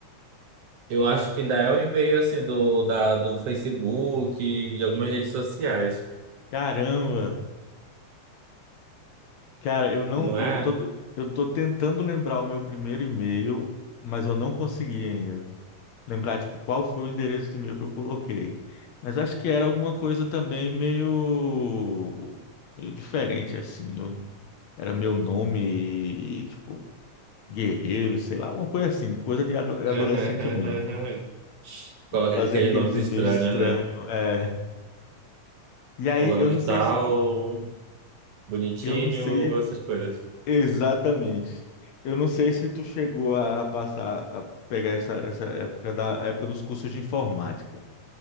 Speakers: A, on the right; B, on the left.
A: eu acho que ainda é o e-mail assim do, da, do Facebook, de algumas redes sociais,
B: Caramba! Cara, eu não,
A: não
B: eu,
A: é?
B: eu tô, eu tô tentando lembrar o meu primeiro e-mail, mas eu não consegui ainda lembrar, tipo, qual foi o endereço de e-mail que eu coloquei. Mas acho que era alguma coisa também meio, meio diferente, assim. Eu- era meu nome e, tipo, Guerreiro, sei lá, alguma coisa assim, coisa de ado- é
A: <laughs>
B: adolescente mesmo.
A: Coloca
B: Fazer
A: aqueles
B: aqueles
A: nomes
B: e-mails
A: estranhos,
B: estranhos.
A: né?
B: é. E aí,
A: Fulano
B: eu não
A: de
B: sei
A: tal,
B: se,
A: bonitinho,
B: eu não sei
A: essas coisas.
B: Exatamente. Eu não sei se tu chegou a passar, a pegar essa, essa época da a época dos cursos de informática,